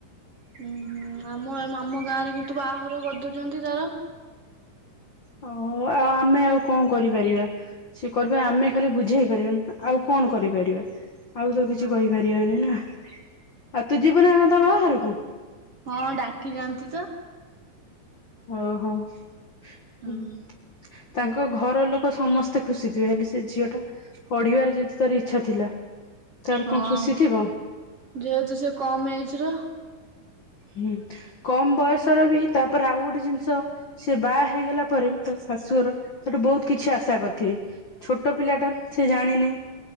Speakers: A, on the right; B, on the left.
A: ହୁଁ, ହୁଁ, ଆମ ଆମ ଗାଁ ରେ କିନ୍ତୁ ବାହାଘର କରିଦଉଚନ୍ତି ଯାର
B: ହଁ, ଅ, ଆମେ ଆଉ କଣ କରିପାରିବା। ସିଏ କରିବେ ଆମେ ଖାଲି ବୁଝେଇ ପାରିବା ନା ଆଉ କଣ କରିପାରିବା। ଆଉ ତ କିଛି
A: ହଁ
B: କରିପାରିବାନି ନା ଆଉ ତୁ ଯିବୁ ନା କଣ ତା ବାହାଘରକୁ?
A: ହଁ ଡାକିଚନ୍ତି ତ।
B: ଓ ହୋ ହୁଁ।
A: ହଁ
B: ତାଙ୍କ ଘର ଲୋକ ସମସ୍ତେ ଖୁସି ଥିବେ ହେଲେ ସେ ଝିଅ ଟା ପଢ଼ିବାର ଯେତେ ତାର ଇଚ୍ଛା ଥିଲା ତାର
A: ହଁ
B: କଣ ଖୁସି ଥିବ
A: ଯେହେତୁ ସେ କମ ଏଜ୍ ର
B: ହୁଁ କମ୍ ବୟସ ର ବି ତା ପରେ ଆଉ ଗୋଟେ ଜିନିଷ ସେ ବାହା ହେଇଗଲା ପରେ ତା ଶାଶୁର ତାଠୁ ବହୁତ କିଛି ଆଶା କରିଥିବେ। ଛୋଟ ପିଲାଟା ସେ ଜାଣିନି।